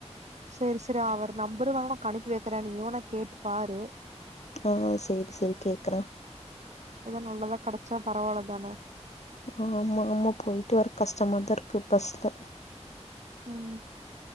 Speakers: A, on the right (about 75°); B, on the left (about 70°).
A: சரி சரி அவரு நம்பரு வேனா கனுப்பி வெக்குற நீயூனா கேட்டு பாரு
B: ஆஹ் சேரி சேரி கேக்குற
A: எதா நல்லதா கடச்சா பரவால்ல தான
B: ஆமா ஆமா போய்ட்டு வர கஷ்டமாதா இருக்கு பஸ்ல
A: உம்